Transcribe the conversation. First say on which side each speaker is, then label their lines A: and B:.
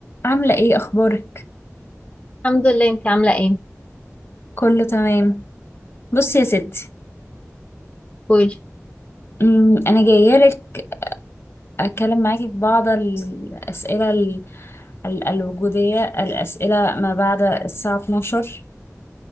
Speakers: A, on the left; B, on the left.
A: عاملة ايه اخبارك
B: الحمد لله انت عاملة ايه
A: كله تمام بصي يا ستي
B: قولي
A: أمم، انا جاية لك اتكلم معاكي في بعض الاسئلة ال... ال... الوجودية الاسئلة ما بعد الساعة 12